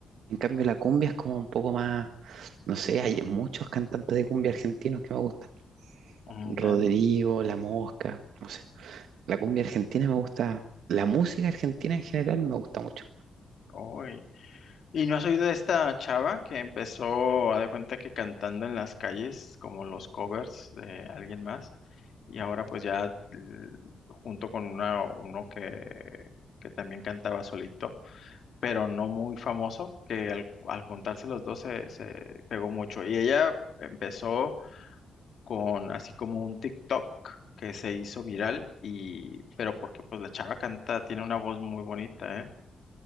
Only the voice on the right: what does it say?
En cambio, la cumbia es como un poco más, no sé, hay muchos cantantes de cumbia argentinos que me gustan.
Rodrigo,
La Mosca, no sé. La cumbia argentina me gusta, la música argentina en general me gusta mucho.